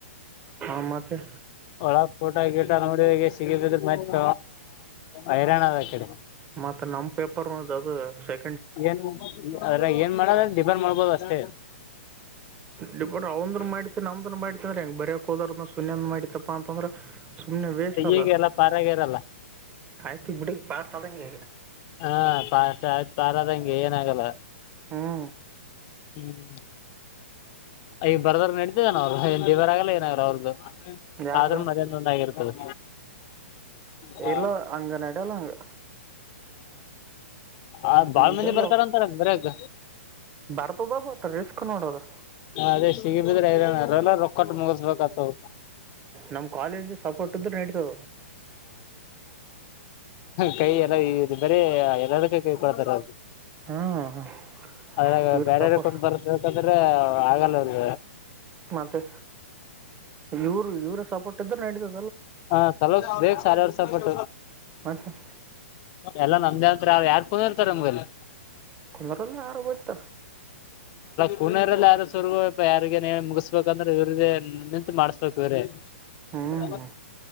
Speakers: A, on the right; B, on the left.
A: ಹಾಂ ಮತ್ತೆ
B: ಒಳ ಫೋಟೋ ಗಿಟ ನೋಡಾಗ ಸಿಗಿ ಬಿದ್ರೆ ಮತ್ತ ಹೈರಾಣ ಅದ್ ಕಡೆ
A: ಮತ್ತೆ ನಮ್ ಪೇಪರ್ ಅದು ಸ
B: ಏನ್ ಅದ್ರ ಏನ್ ಮಾಡದ ಡಿಬಂಡ ಮಾಡ್ಬೋದು ಅಷ್ಟೇ
A: ಡಿಪ ಅವಂದ್ರ ಮಾಡ ಮತ್ತ ನಮ್ದನ್ ಮಾಡಿ ಅಂದ್ರೆ ಹೆಂಗ ಬರಯಕ್ ಹೋದಾರದ ಸುಮ್ಮನೆ ಮಾಡತ್ತಪ್ಪಾ ಅಂತಂದ್ರ ಸುಮ್ಮನೆ ವೇಸ್ಟ್ ಅಲ್ಲ
B: ಈಗ ಎಲ್ಲ ಪಾರಾಗ್ಯಾರಲ್ಲ
A: ಆಯ್ತು ಬಿಡಿ ಪಾಸ್ ಆದಂಗೆ ಈಗ
B: ಹ ಆಯ್ತು ಆರಾಧಂಗೆ ಏನ ಆಾಗಲ್ಲ
A: ಹ್ಞೂ
B: ಹ್ಮ್ ಅಯ ಬರದಾರ ನಡಿ ಅವರು ದಿವರಾಗಲ್ಲ ಏನಾಗ್ರ ಅವ್ರದ್ದು
A: ಯಾರ್ದು
B: ಆದ್ರೂ ಮದಂದೊಂದ ಆಗಿರ್ತದೆ ಹಾ
A: ಇಲ್ಲ ಹಂಗೆ ನಡೆಯಲ್ಲ ಹಂಗೆ
B: ಆ ಬಾಳ
A: ನಡೆಯಲ್ಲ
B: ಮಂದಿ ಬರ್ತಾರ ಅಂತಾರ ಬರಾಗ
A: ಬರ್ತದ ಬಟ್ ರಿಸ್ಕ್ ನೋಡೋದು
B: ಹ ಅದೇ ಸಿಗಿ ಬಿದ್ರೆ ನ ಎಲ್ಲ ರೊಕ್ಕಟ್ಟ ಮುಗಸ್ಬೇಕತ್ವ
A: ನಮ್ ಕಾಲೇಜ್ ಸೋರ್ಟ್ ಇದ್ರ ನಡತದೆ
B: ಕೈ ಎಲ್ಲ ಇ ಬರ ಎಲ್ಲದಕ್ಕ ಕೈ ಕೊಡ್ತಾರ ಅದು
A: ಹಾಂ ಹಾಂ
B: ಅದ್ರಾಗ
A: ಇವ್ರ
B: ಬೇರೆ್ರ
A: ಸಪೋರ್ಟ್
B: ಕುೂಂದ್ ಬರ್ದಬೇಕಾದ್ರೆ ಆಗಲ್ಲ ಅವ
A: ಮತ್ತೆ ಇವ್ರು ಇವರು ಸಪೋರ್ಟ್ ಇದ್ರ ನಡಿದ
B: ಹಾ ಸಲೋ ಬೇಗ ಸಾರವರ್ ಸಪಟ್ಟ
A: ಮತ್ತೆ
B: ಎಲ್ಲ ನಮ್ದೇ ಅತ್ರಿ ಅವ ಯಾರ್ ಕುಂದ ಇರ್ತಾರ ನಮ್ಗೆಲ್ಲ
A: ತಂದರಲ್ಲ ಯಾರಬತ
B: ಪುಣರಲ್ಲಿ ಯಾರ ಸವರ್ಗೂ ಇ ಯಾರಿಗೆ ನೀೇ ಮುಗಿಸ್ಬೇಕಂದ್ರೆ ಇವ್ರಿಗೆ ನಿಂತು ಮಾಡ್ಸ್್ಬೇಕು ಇವರೇ
A: ಹ್ಞೂ
B: ಹ